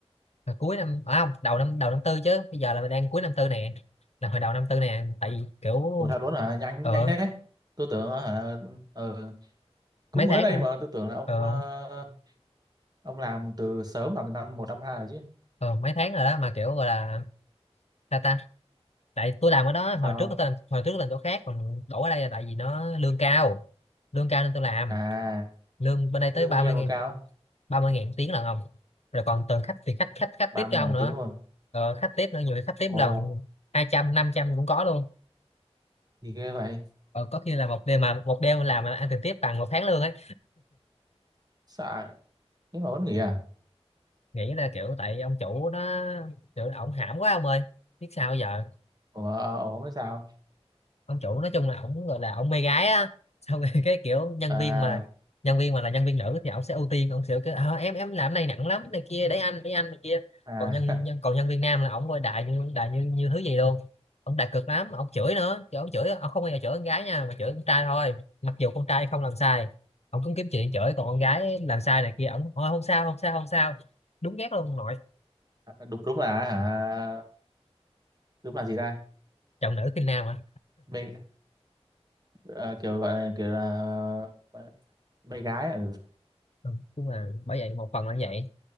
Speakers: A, on the left; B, on the right.
A: là cuối năm à không đầu năm đầu năm tư chứ bây giờ là đang cuối năm tư nè là hồi đầu năm tư nè tại vì kiểu
B: Ủa thật luôn hả? Nhanh
A: ờ
B: nhanh thế. Tôi tưởng hả ừ, cũng
A: mấy
B: mới
A: tháng
B: đây
A: rồi
B: mà tôi tưởng là ông
A: ờ
B: ờ, ông làm từ sớm làm từ năm một năm hai rồi chứ.
A: ờ mấy tháng rồi đó mà kiểu gọi là ta ta tại tôi làm ở đó hồi
B: Sao
A: trước
B: không?
A: tôi làm hồi trước làm chỗ khác còn đổ ở đây là tại vì nó lương cao lương cao nên tôi làm
B: À,
A: lương bên đây tới
B: lương
A: ba
B: bao nhiêu
A: mươi ngàn
B: mà cao?
A: ba mươi ngàn tiếng lần không rồi còn từng khách thì khách khách khách
B: ba
A: tiếp
B: mươi
A: cho
B: ngàn
A: ông
B: một
A: nữa
B: tiếng luôn.
A: ờ, khách tiếp nữa nhiều khi khách tiếp
B: Ồ,
A: lần hai trăm năm trăm cũng có luôn
B: gì ghê vậy?
A: ờ, có khi là một đêm mà một đêm làm mà ăn tiền tiếp bằng một tháng lương ấy
B: sợ thế mà vẫn nghỉ à
A: nghĩ là kiểu tại ông chủ nó kiểu là ổng hãm quá ông ơi biết sao giờ
B: ủa, ủa không biết sao
A: ông chủ nói chung là ổng gọi là ổng mê gái á <laughs> xong rồi cái kiểu nhân
B: à,
A: viên mà nhân viên mà là nhân viên nữ thì ổng sẽ ưu tiên ổng sẽ kiểu "Ờ, em em làm này nặng lắm này kia để anh để anh này kia
B: à
A: còn nhân, nhân còn nhân viên nam là ổng coi đại như đại như như thứ gì luôn ổng đại cực lắm ổng chửi nữa chứ ổng chửi ổng không bao giờ chửi con gái nha mà chửi con trai thôi mặc dù con trai không làm sai ổng cũng kiếm chuyện chửi còn con gái làm sai này kia ổng "Thôi, không sao không sao không sao đúng ghét luôn ông nội
B: <laughs> đúng đúng là hả đúng là gì ta
A: chồng nữ khinh nam à
B: mê ờ, kiểu gọi là kiểu là mê gái ừ.
A: Đúng, đúng là bởi vậy một phần là như vậy